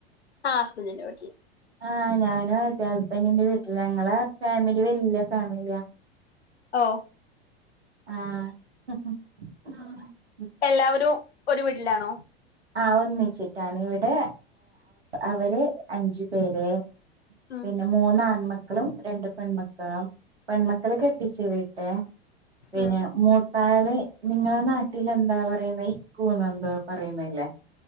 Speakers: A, on the left; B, on the right.
A: ആ ഹസ്ബൻഡിന്റെ വീട്ടില്
B: ആഹ് ഞാനും അതെ ഹസ്ബൻഡിന്റെ വീട്ടില ഞങ്ങളെ ഫാമിലി വല്യ ഫാമിലിയാ
A: ഓ
B: ആഹ് ഹ് ഹ്
A: എല്ലാവരും ഒരു വീട്ടിലാണോ
B: ആ ഒന്നിച്ചിട്ടാണ് ഇവിടെ അവര് അഞ്ചു പേര്
A: ഉം
B: പിന്നെ മൂന്ന് ആൺമക്കളും രണ്ട് പെൺമക്കള് പെൺമക്കളെ കെട്ടിച്ചു വീട്ട പിന്നെ
A: ഉം
B: മൂ താവിനെ നിങ്ങളെ നാട്ടിൽ എന്താ പറയുന്നത് ഇക്കൂന്ന് എന്തോ പറയുന്നല്ല